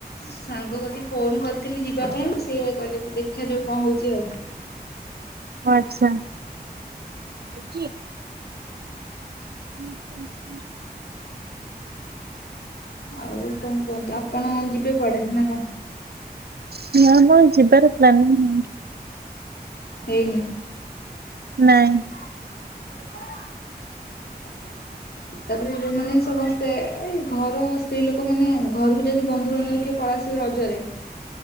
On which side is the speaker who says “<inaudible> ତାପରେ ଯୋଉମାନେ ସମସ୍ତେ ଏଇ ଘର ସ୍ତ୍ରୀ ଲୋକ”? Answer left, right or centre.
Left